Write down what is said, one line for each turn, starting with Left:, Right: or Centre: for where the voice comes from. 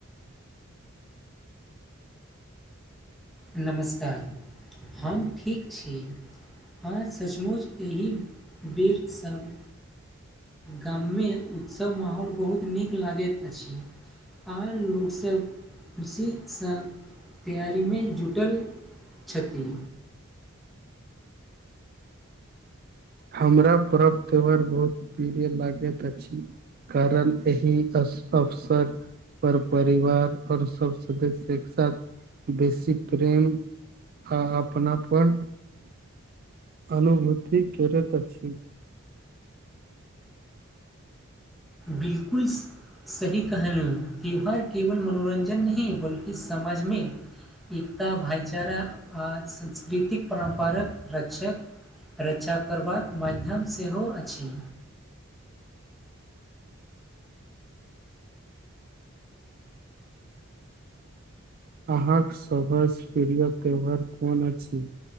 Centre: नमस्कार हम ठीक छी हँ सचमुच एहि बेर सभ गाममे उत्सव माहौल बहुत नीक लागैत अछि आन लोकसब खुशीसँ तैयारीमे जुटल छथि
Right: हमरा परव त्योहार बहुत प्रिय लागैत अछि कारण एहि अवसर पर परिवार आओर सब सदस्य एक साथ बेसी प्रेम आ अपनापन अनुभूति करैत अछि
Centre: बिलकुल सही कहलू त्यौहार केवल मनोरञ्जन नहि बल्कि समाजमे एकता भाइचारा आ सांस्कृतिक परम्परक रक्षक रक्षा करबाक माध्यम सेहो अछि
Right: अहाँक सभसँ प्रिय त्यौहार कोन अछि